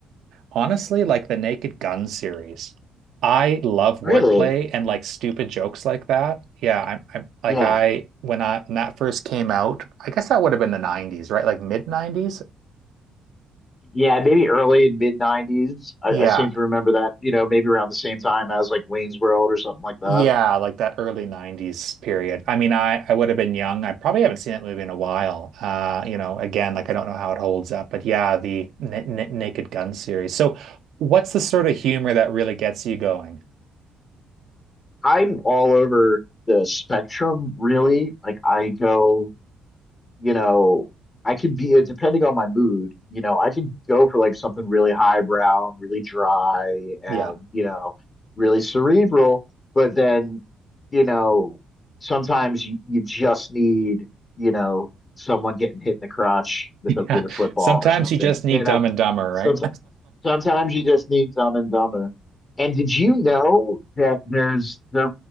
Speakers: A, on the right; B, on the left.
A: honestly like the Naked Gun series. I love wordplay
B: Really?
A: and like stupid jokes like that. Yeah, I'm, I'm like
B: Yeah,
A: I when I when that first came out, I guess that would have been the 90s, right? Like mid 90s.
B: yeah. Maybe early and mid '90s. I,
A: Yeah,
B: I seem to remember that. You know, maybe around the same time as like Wayne's World or something like that.
A: Yeah, like that early 90s period. I mean, I I would have been young. I probably haven't seen that movie in a while. Uh, you know, again, like I don't know how it holds up, but yeah, the N N Naked Gun series. So, what's the sort of humor that really gets you going?
B: I'm all over the spectrum, really. Like I go. you know, I could be, uh, depending on my mood, you know, I could go for like something really highbrow, and really dry, and,
A: Yeah. <laughs>
B: you know, really cerebral. But then, you know, sometimes you, you just need, you know, someone getting hit in the crotch with a with
A: Yeah.
B: a football
A: Sometimes
B: or something.
A: you just need
B: You
A: Dumb
B: know,
A: and Dumber,
B: some
A: right?
B: Sometimes you just need Dumb and Dumber. And did you know that there's they